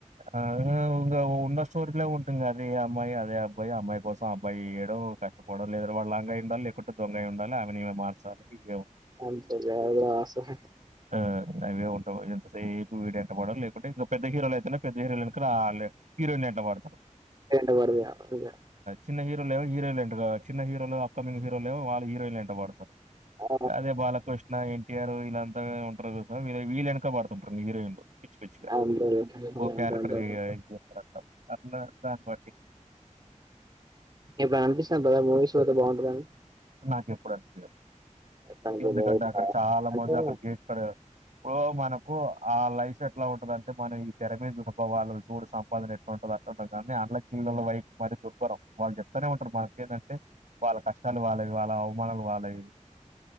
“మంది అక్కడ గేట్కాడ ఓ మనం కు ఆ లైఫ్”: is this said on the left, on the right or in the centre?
Right